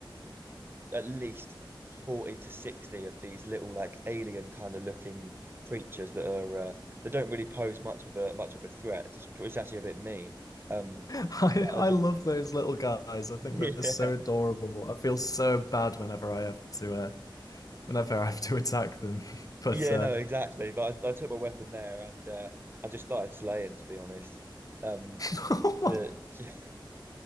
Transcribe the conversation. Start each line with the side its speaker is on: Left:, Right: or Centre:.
Right: at least 40 to 60 of these little like alien kind of looking creatures that are uh, that don't really pose much of a much of a threat. It's, it's actually a bit mean. Um,
Left: <laughs> I
Right: but I
Left: I
Right: just
Left: love those little guys. I think
Right: <laughs> yeah
Left: they're so adorable. I feel so bad whenever I have to uh, whenever I have to attack them. <laughs> But
Right: yeah
Left: uh,
Right: no exactly. But I, I took my weapon there and uh, I just started slaying to be honest. Um,
Left: <laughs>
Right: just to <laughs>